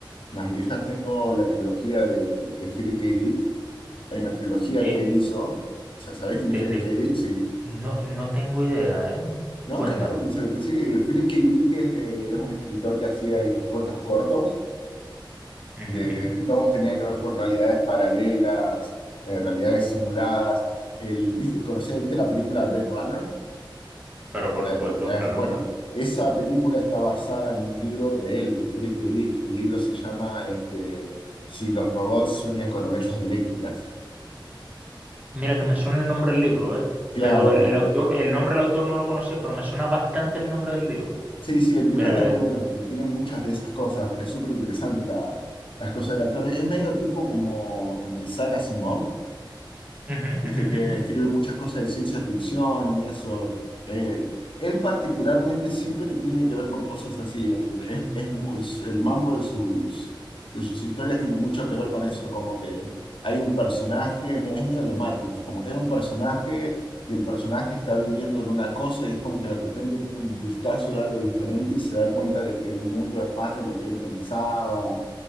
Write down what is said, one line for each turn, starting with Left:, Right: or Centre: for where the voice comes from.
Left: más viejas. Tengo la trilogía de, de Philip K. Dick. Hay una trilogía
Right: Que
Left: que él hizo. O sea, ¿sabés quién
Right: de,
Left: es Philip
Right: de-
Left: K.
Right: fi-
Left: Dick? Sí.
Right: no, no tengo idea, ¿eh?
Left: No,
Right: Cuéntame.
Left: qué raro pensé. Pensé que Philip K. Dick es, eh, es un escritor que hacía cortos cortos,
Right: Ujú,
Left: de,
Right: ujú.
Left: de todos tenían que ver con realidades paralelas, eh, realidades simuladas. El, ¿viste, conocés- ¿viste la película Blade Runner?
Right: Pero por
Left: La-
Right: supuesto,
Left: la-
Right: claro.
Left: bueno, esa película está basada en un libro de él, de Philip K. Dick. El libro se llama este, Si los robots sueñan con ovejas eléctricas.
Right: Mira que me suena el nombre del libro, ¿eh?
Left: Claro,
Right: Pero
Left: bueno,
Right: el, el autor, el nombre del autor no lo conocía, pero me suena bastante el nombre del libro.
Left: sí, sí, el libro
Right: Mira,
Left: está muy
Right: eh,
Left: bueno y tiene muchas de esas cosas. Es súper interesante la, las cosas del actor. Es medio tipo como, como Isaac Asimov,
Right: ujú,
Left: viste
Right: ujú,
Left: que
Right: ujú,
Left: escribe muchas cosas de ciencia ficción y eso. Eh, él particularmente siempre te tiene que ver con cosas así. Él- Es, es mu- es- el mambo de sus, de sus historias tiene mucho que ver con eso, como que hay un personaje, me- es medio lo Matrix, como que hay un personaje y el personaje está viviendo en una cosa y es como que de repente tiene un vistazo de algo diferente y se da cuenta de que el mundo es más de lo que él pensaba.